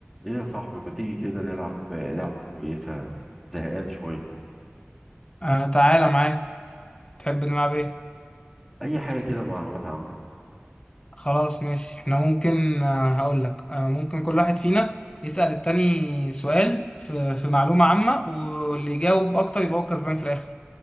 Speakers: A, in the centre; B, on the left.
A: ايه يا صاحبي ما تيجي كده نلعب لعبة كويسة زهقان شوية
B: آه تعالى معاك تحب نلعب ايه
A: اي حاجة كده معلومات عامة
B: خلاص ماشي احنا ممكن آه هقول لك آه ممكن كل واحد فينا يسأل التاني سؤال في, في معلومة عامة واللي يجاوب اكتر يبقى هو كسبان في الاخر